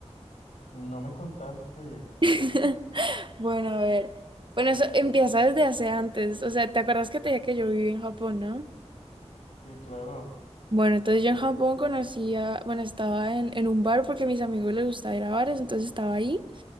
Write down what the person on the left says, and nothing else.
No me contaste.
Sí, claro.